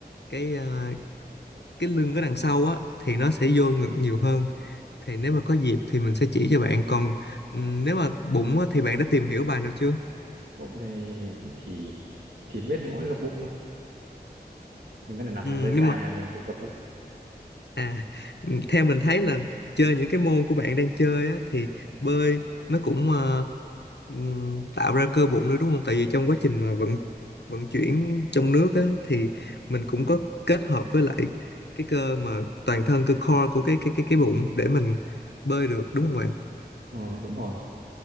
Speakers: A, on the left; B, on the right.
A: cái ờ, cái lưng ở đằng sau á thì nó sẽ vô ngực nhiều hơn thì nếu mà có dịp thì mình sẽ chỉ cho bạn còn ừ, nếu mà bụng á, thì bạn đã tìm hiểu bài nào chưa
B: bụng thì mình cũng chỉ chỉ biết mỗi gập bụng thôi mình có
A: Ừ,
B: thể nằm dưới sàn
A: nhưng mà
B: là mình tự gập bụng
A: À, ừ, theo mình thấy là chơi những cái môn của bạn đang chơi á, thì bơi nó cũng ờ, ừm, tạo ra cơ bụng nữa đúng không? Tại vì trong quá trình mà vận vận chuyển trong nước á, thì mình cũng có kết hợp với lại cái cơ mà toàn thân cơ core của cái cái cái cái bụng để mình bơi được đúng không bạn?
B: ờ, đúng rồi